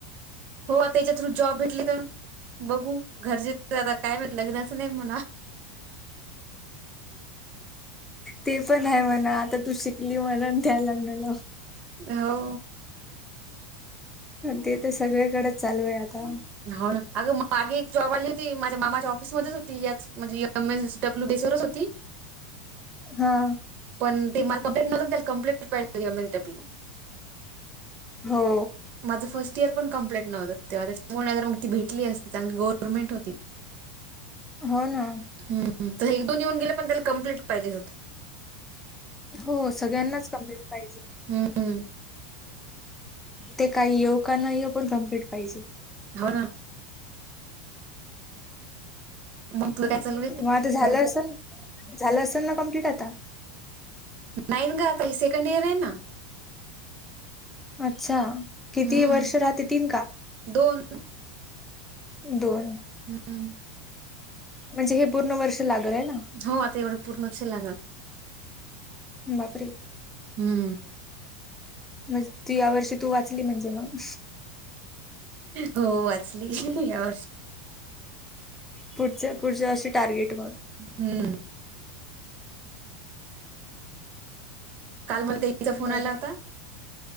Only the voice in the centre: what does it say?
ते पण आहे म्हणा आता तू शिकली म्हणून त्या लग्नाला
ते तर सगळी्याकडेच चालू आहे आता.
हा.
हो.
हो ना,
हो सगळ्यांनाच कमलीट पाहिजे
ते काही येऊ का नाही येऊ पण कमप्लीट पाहिजे.
मग आता
झालं असेल झालं असल ना कमप्लीट आता
अच्छा किती
वर्ष राहते तन का
दोन
म्हणजे हे पूर्ण वर्ष लागल हे ना
बाप रे
म तू या वर्षी तू वाचली म्हणजे मग
पुढच्या पुढच्या वर्षी टार्गेट बघ
बरं
आहे